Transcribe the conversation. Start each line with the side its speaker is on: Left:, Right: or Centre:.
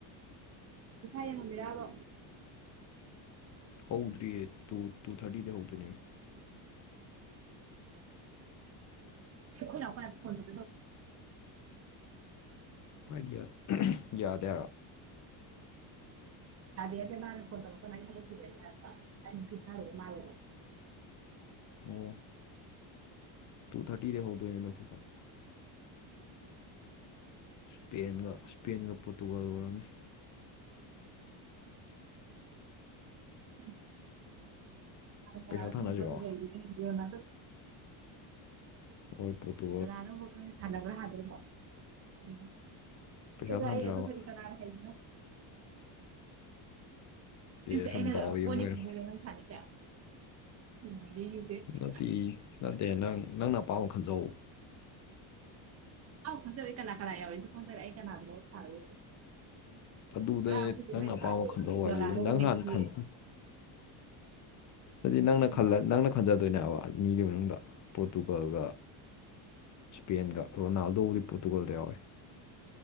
Right: ꯐꯥꯏꯌꯦꯡ ꯉꯪꯗ꯭ꯔꯕꯣ
Left: ꯍꯧꯗ꯭ꯔꯤꯌꯦ ꯇꯨ ꯇꯨ ꯊꯥꯔꯇꯤꯗꯩ ꯍꯧꯗꯣꯏꯅꯦ
Right: ꯑꯩꯣꯏꯔꯣꯏ ꯐꯣꯟ ꯇ
Left: ꯍꯥꯏꯗꯤꯌꯥ ꯌꯥꯗꯦꯔꯣ
Right: ꯑꯗꯗꯤ ꯌꯥꯗꯦ ꯃꯥꯅ ꯈꯣꯟꯇ ꯂꯩ ꯍꯥꯏ ꯊꯕꯣꯏ ꯁꯤꯦ ꯍꯥꯏ ꯇꯥꯏ ꯈꯔ ꯃꯥꯜꯣ
Left: ꯑꯣ ꯇꯨ ꯊꯥꯔꯇꯤꯗ ꯍꯧꯗꯣꯏꯅꯦꯅꯣ ꯐꯤꯐꯝ ꯁꯄꯦꯟꯒ ꯁ꯭ꯄꯦꯟꯒ ꯄꯣꯔꯇꯨꯒꯥꯜ ꯑꯣꯏꯔꯝꯅꯤ
Right: <unintelligible>
Left: ꯄꯩꯁꯥ ꯊꯥꯅꯁꯤꯔꯣ ꯑꯣꯏ ꯄꯠꯇꯣ
Right: ꯀꯅꯥꯅꯣꯕꯣ ꯁꯥꯅꯕꯅ ꯍꯥꯟꯗꯣꯢꯅꯤ ꯈꯪꯗꯦꯗ
Left: ꯄꯩꯁꯥ ꯊꯥꯅꯁꯤꯔꯕ
Right: ꯑꯩ ꯑꯗꯨꯕꯨꯗꯤ ꯀꯅꯥ ꯍꯩꯕꯅꯣ ꯁꯤꯁꯦ
Left: ꯑꯦ
Right: ꯑꯩꯅ
Left: ꯁꯨꯝ ꯗꯥꯎ
Right: ꯄꯣꯠꯅꯤ
Left: ꯌꯦꯡꯕ ꯑꯣꯏꯅ
Right: ꯈꯪꯕꯣꯏꯔꯣ ꯅꯪ ꯊꯥꯅꯁꯦ ꯋꯥꯔꯤꯁꯦ
Left: ꯅꯠꯇꯦ ꯅꯠꯇꯦ ꯅꯪ ꯅꯪꯅ ꯑꯄꯥꯝꯕꯃ ꯈꯟꯖꯧ
Right: ꯑꯧ ꯈꯪꯖꯔꯦ ꯀꯅꯥ ꯀꯅꯥ ꯌꯥꯎꯔꯁꯨ ꯈꯪꯖꯔꯦ ꯑꯩ ꯀꯅꯥꯒꯅ ꯊꯥꯗꯣꯢꯁꯦ
Left: ꯑꯗꯨꯗꯅꯦ
Right: ꯉꯔꯥꯡ ꯑꯈꯣꯢ ꯆꯦ
Left: ꯅꯪꯅ
Right: ꯃꯥꯢ ꯅꯨꯄꯥꯗꯣ
Left: ꯑꯄꯥꯝꯕ ꯈꯟꯖꯧ
Right: ꯔꯣꯅꯥꯜꯗꯣ
Left: ꯍꯥꯏꯁꯦ ꯅꯪ
Right: ꯃꯦꯁꯤ
Left: ꯍꯥꯟꯅ ꯈꯟ ꯍꯥꯏꯗꯤ ꯅꯪꯅ
Right: ꯌꯥꯝ
Left: ꯈꯜꯂ
Right: ꯍꯧꯔꯛꯑꯝꯕꯅꯤ
Left: ꯅꯪꯅ ꯈꯟꯖꯗꯣꯏꯅꯦꯕ ꯑꯅꯤꯒꯤ ꯃꯅꯨꯡꯗ ꯄꯣꯔꯇꯨꯒꯜꯒ ꯁ꯭ꯄꯦꯟꯒ ꯔꯣꯅꯥꯜꯗꯣꯕꯨꯗꯤ ꯄꯣꯔꯇꯨꯒꯜꯗ ꯌꯥꯎꯋꯦ